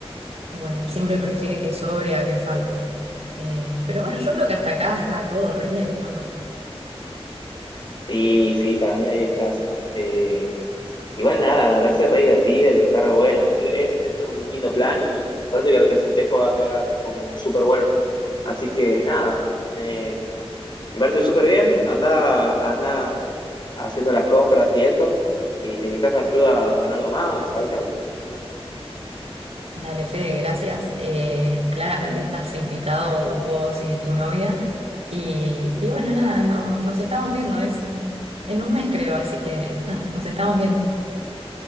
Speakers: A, on the right; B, on the left.
A: y bueno, siempre prefiere que sobre a que falte. Eh, pero bueno, yo creo que hasta acá está todo re bien, ¿o no?
B: Sí, sí, para mí ahí estás. Eh, igual nada, me parece re divertido y que está re bueno. Es, es un lindo plan y me parece que el festejo va a quedar como súper bueno. Así que nada, eh, me parece súper bien. Anda, anda haciendo las compras y esto. Y si necesitas ayuda con algo más, avísame.
A: Dale, Fede, gracias. Eh, claramente estás invitado vos y tu novia. Y, y bueno, nada, no, nos estamos viendo, es en en un mes creo, así que nada, nos estamos viendo.